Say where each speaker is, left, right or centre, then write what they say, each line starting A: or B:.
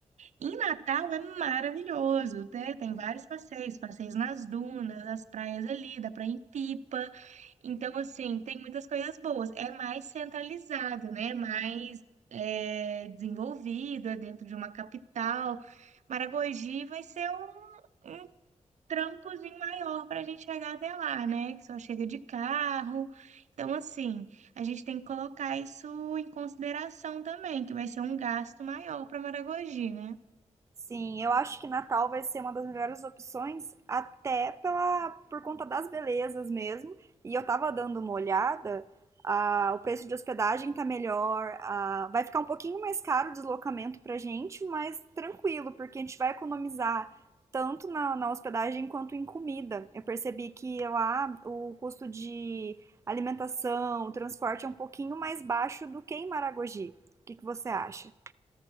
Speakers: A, on the right; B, on the right.
A: Em Natal é maravilhoso, né? Tem vários passeios, passeios nas dunas, as praias ali, dá pra ir em Pipa. Então, assim, tem muitas coisas boas. É mais centralizado, né? Mais é, desenvolvido, é dentro de uma capital. Maragogi vai ser um trampozinho maior para a gente chegar até lá, né? Que só chega de carro. Então, assim, a gente tem que colocar isso em consideração também, que vai ser um gasto maior para Maragogi, né?
B: Sim, eu acho que Natal vai ser uma das melhores opções, até pela, por conta das belezas mesmo. E eu tava dando uma olhada, ah, o preço de hospedagem tá melhor, ah, vai ficar um pouquinho mais caro o deslocamento pra gente, mas tranquilo, porque a gente vai economizar tanto na, na hospedagem quanto em comida. Eu percebi que lá o custo de alimentação, transporte é um pouquinho mais baixo do que em Maragogi. O que que você acha?